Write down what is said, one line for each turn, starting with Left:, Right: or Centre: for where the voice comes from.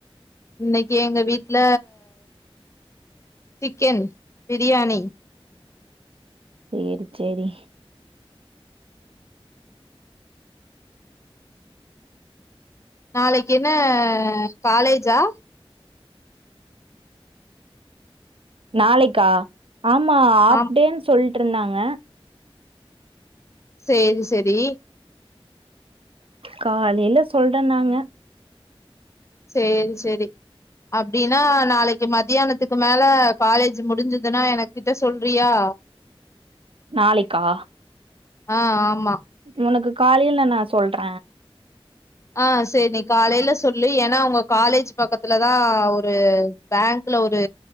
Left: இன்னைக்கு எங்க வீட்ல சிக்கன் பிரியாணி
Right: சேரி செரி
Left: நாளைக் என்ன காலேஜா
Right: நாளைக்கா ஆமா ஹாப்டேன்
Left: ஆமா
Right: சொல்ட்டு ருந்தாங்க
Left: சேரி செரி
Right: காலையில சொல்றன் நாங்க
Left: சேரி செரி அப்டின்னா நாளைக்கு மத்தியானத்துக்கு மேல காலேஜ் முடிஞ்சதுன்னா எனக் கிட்ட சொல்றியா
Right: நாளைக்கா
Left: ஆ ஆமா
Right: உனக்கு காலில நா சொல்ற
Left: ஆ செரி நீ காலையில சொல்லு ஏனா உங்க காலேஜ் பக்கத்துல தா ஒரு பேங்க்ல ஒரு